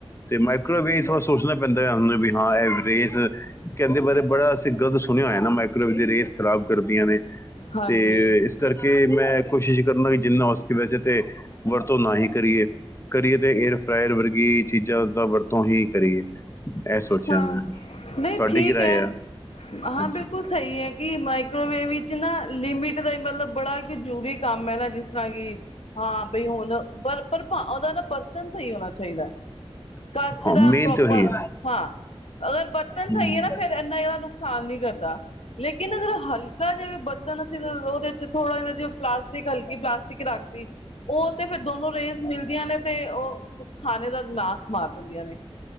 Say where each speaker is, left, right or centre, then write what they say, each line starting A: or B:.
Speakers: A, on the left (about 25°); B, on the left (about 75°).
A: ਤੇ ਮਾਈਕ੍ਰੋਵੇਵ ਇਹ ਥੋੜ੍ਹਾ ਸੋਚਣਾ ਪੈਂਦਾ ਹੈ, ਵੀ ਹਾਂ ਇਹ ਰੇਜ਼ ਕਹਿੰਦੇ ਬਾਰੇ ਬੜਾ ਅਸੀਂ ਗਲ ਸੁਣਿਆ ਹੋਇਆ ਨਾ, ਮਾਈਕਰੋਵੇਵ ਦੇ ਰੇਜ਼ ਖਰਾਬ ਕਰਦੀਆਂ ਨੇ।
B: ਹਾਂਜੀ
A: ਤੇ ਇਸ ਇਸ ਕਰਕੇ ਮੈਂ ਕੋਸ਼ਿਸ਼ ਕਰਨਾ ਕਿ ਜਿੰਨਾ ਹੋ ਸਕੇ, ਵੈਸੇ ਤੇ ਵਰਤੋਂ ਨਾ ਹੀ ਕਰੀਏ। ਕਰੀਏ, ਤੇ ਏਅਰ ਫ੍ਰਾਇਰ ਵਰਗੀ ਚੀਜ਼ਾਂ ਦਾ ਵਰਤੋਂ ਹੀ ਕਰੀਏ। ਇਹ ਸੋਚਿਆ
B: ਹਾਂ,
A: ਮੈਂ
B: ਨਹੀਂ
A: ਤੁਹਾਡੀ
B: ਠੀਕ
A: ਕੀ ਰਾਏ
B: ਹੈ।
A: ਆ
B: ਹਾਂ,
A: ਹਾਂਜੀ
B: ਬਿਲਕੁੱਲ ਸਹੀ ਏ ਕਿ ਮਾਈਕ ਕ੍ਰੋਵੇਵ ਵਿੱਚ ਨਾ, ਲਿਮਿਟ ਦਾ ਹੀ ਮਤਲੱਬ ਬੜਾ ਇੱਕ ਜ਼ਰੂਰੀ ਕੰਮ ਹੈ ਨਾ, ਜਿਸ ਤਰਾਂ ਕਿ ਹਾਂ ਬਈ ਹੁਣ ਪਰ, ਪਰ ਭਾ ਉਹਦਾ ਨਾ ਬਰਤਨ ਸਹੀ ਹੋਣਾ ਚਾਹੀਦਾ, ਕਛ
A: ਹਾਂ
B: ਦਾ
A: ਮੇਨ
B: ਪ੍ਰੋਪਰ।
A: ਤੇ ਉਹੀ ਹੈ।
B: ਹਾਂ ਅਗਰ ਬਰਤਨ
A: ਹਮ।
B: ਸਹੀ ਏ ਨਾ ਫੇਰ ਇੰਨਾ ਜਾਦਾ ਨੁਕਸਾਨ ਨਹੀਂ ਕਰਦਾ ਲੇਕਿਨ ਅਗਰ ਹਲਕਾ ਜਿਆ ਵੀ ਬਰਤਨ ਅਸੀਂ ਉਹਦੇ ਚ ਥੋੜਾ ਇਹਨਾਂ ਚ ਪਲਾਸਟਿਕ ਹਲਕੀ ਪਲਾਸਟਿਕ ਰਾਖਤੀ ਉਹ ਤੇ ਫੇਰ ਦੋਨੋ ਰੇਜ਼ ਮਿਲਦੀਆਂ ਨੇ, ਤੇ ਉਹ ਖਾਣੇ ਦਾ ਨਾਸ ਮਾਰ ਦਿੰਦੀਆਂ ਨੇ।